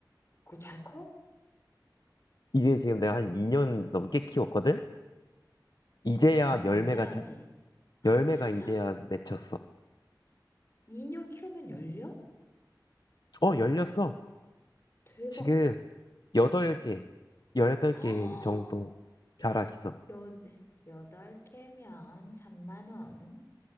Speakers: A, on the left (about 35°); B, on the left (about 60°).
A: 그거 잘 커?
B: 이게 지금 내가 한 2년 넘게 키웠거든? 이제야
A: 많이
B: 열매가,
A: 안 자라지?
B: 자, 열매가
A: 헉, 진짜?
B: 이제야 맺혔어.
A: 2년 키우면 열려?
B: 어, 열렸어.
A: 대박.
B: 지금 여덟 개, 열덟
A: <gasps> 아,
B: 개 정도 자라 있어.
A: 여, 여덟 개면 3만 원.